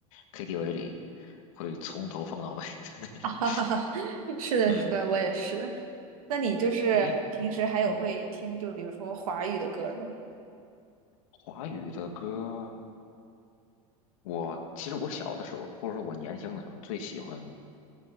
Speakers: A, on the left (about 70°); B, on the right (about 80°).
A: KTV 里会从头放到尾的那种。
B: 哈哈哈是的，
A: 嗯，
B: 是的，我也是。那你就是平时还有会听，
A: 对于嗯
B: 就比如说华语的歌吗？
A: 华语的歌，我其实我小的时候，或者说我年轻的时候，最喜欢